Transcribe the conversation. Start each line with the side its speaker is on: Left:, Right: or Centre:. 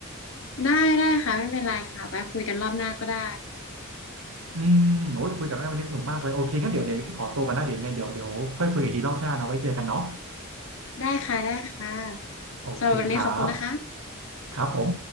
Left: ได้ได้ค่ะไม่เป็นไรค่ะไว้คุยกันรอบหน้าก็ได้
Right: อืมโอ้ยคุยกับน้องแอมวันนี้สนุกมากเลยโอเคงั้นเดี๋ยวเดี๋ยวพี่ขอตัวกันนะเดี๋ยวยังไงเดี๋ยวเดี๋ยวค่อยคุยกันอีกทีรอบหน้านะไว้เจอกันเนาะ
Left: ได้ค่ะได้ค่ะ
Right: โอเคครับ
Left: สำหรับวันนี้ขอบคุณนะคะ
Right: ครับผม